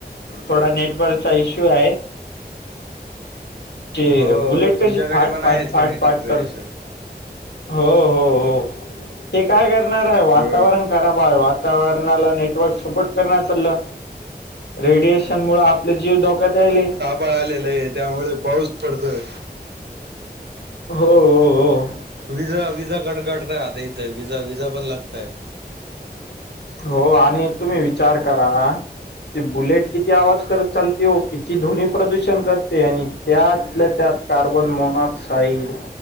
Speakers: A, on the left (about 90°); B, on the right (about 80°).
A: थोडा नेटवर्कचा इश्यू आहे. क
B: हो
A: बुलेट
B: तुमच्याकडे
A: कशी फाट
B: पण
A: फाट
B: आहेच
A: फाट
B: का नेटवर्कचा
A: फाट करत-
B: इश्यू
A: हो हो हो ते काय करणार आहे वातावरण
B: हो
A: खराब आहे वातावरण नेटवर्क सपोर्ट कर चालं. रेडिएशन मुळ आपले जीव धोक्यात याले.
B: पाळ आलेला आहे त्यामुळे पाऊस पडतोय.
A: हो. हो
B: विजा विजा कट काढताय आता इथं विजा विजा पण लागतय.
A: हो आणि तुम्ही विचार करा ते बुलेट किती आवाज करत चालते हो किती ध्वनी प्रदूषण करते आणि त्यातलं त्यात कार्बन मोनॉक्साईड